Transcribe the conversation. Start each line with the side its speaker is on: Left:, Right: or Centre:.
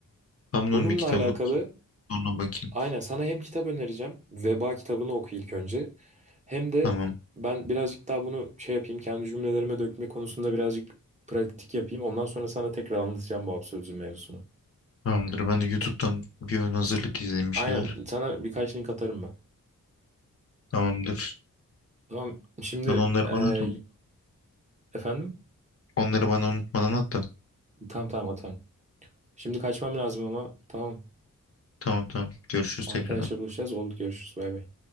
Left: Kamunun
Right: Bununla
Left: bir kitabını
Right: alakalı
Left: okuyayım. Sonra bakayım.
Right: aynen sana hem kitap önereceğim. Veba kitabını oku ilk önce. Hem de
Left: Tamam.
Right: ben birazcık daha bunu şey yapayım. Kendi cümlelerime dökme konusunda birazcık pratik yapayım. Ondan sonra sana tekrar anlatacağım bu absürdizm mevzusunu.
Left: Tamamdır. Ben de YouTube'dan bir ön hazırlık izleyeyim bir
Right: Aynen
Left: şeyler.
Right: sana birkaç link atarım ben.
Left: Tamamdır.
Right: Tamam şimdi
Left: Sen onları
Right: eee,
Left: bana at
Right: efendim?
Left: Onları bana unutmadan at da.
Right: Tamam tamam atarım. Şimdi kaçmam lazım ama tamam.
Left: Tamam tamam. Görüşürüz
Right: Arkadaşlar
Left: tekrardan.
Right: buluşacağız. Oldu görüşürüz. Bay bay.